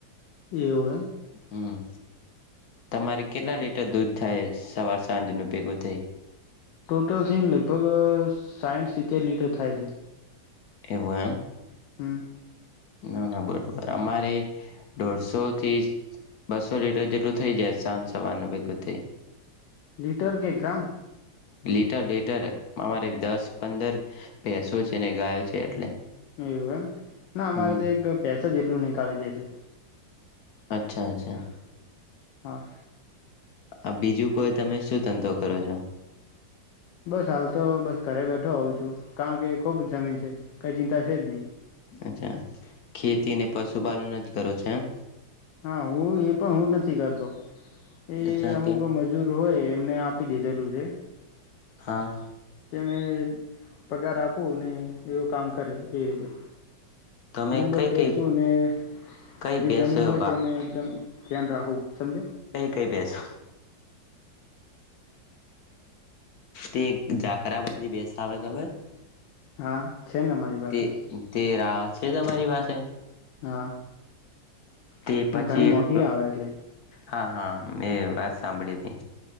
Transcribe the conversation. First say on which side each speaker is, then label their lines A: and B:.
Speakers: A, on the left; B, on the left.
A: એવું એમ
B: હમ. તમારે કેટલા લીટર દૂધ થાય સવાર સાંજ નું ભેગું થઈ
A: ટોટલ છે લગભગ સાઈઠ સિત્તેર લીટર થાય છે.
B: એવો એમ.
A: હમ.
B: ના ના બરોબર અમારે દોઢસો થી બસો લીટર જેટલું થઈ જાય સાંજ સવારનું ભેગું થઈ.
A: લીટર કે ગ્રામ?
B: લીટર લીટર અમારે દસ પંદર ભેંસો છે ને ગાય છે એટલે
A: એવુ એમ. ના અમારે
B: હમ
A: તો એક પેસ જેટલું નીકાળી દે છે
B: અચ્છા અચ્છા
A: હા
B: આ બીજું કોઈ તમે શું ધંધો કરો છો
A: બસ હાલ હ તો બસ ઘરે બેઠો આવું છું કારણ કે ખુબ જમીન છે કઈ ચિંતા છે જ નહી
B: અચ્છા ખેતી અને પશુપાલન જ કરો છેો એમ
A: હા હું એ પણ હું નથી કરતો એ
B: અચ્છા
A: અમુક
B: તો
A: મજૂર હોય એમને આપી દીધેલું છે
B: હા
A: તેને પગાર આપો ને એવું કામ કરે એ રીતે
B: તમે
A: હું બસ
B: કઈ
A: બેસુ
B: કઈ
A: અનેને
B: કઈ
A: જે
B: ભેંસ
A: જમીન હોય
B: વા
A: તેને ધ્યાન રાખું સમજે
B: કસ તે જાફરાબાદી બેસ આવે ખબર
A: હા છે ને મારી પાસે
B: તે તે રાહત છે તમારી પાસે તે
A: હા
B: તે
A: પણ
B: પછી
A: ઘણી
B: એક
A: મોંઘી આવે છે
B: હા હા મેં વાત સાંભળી હતી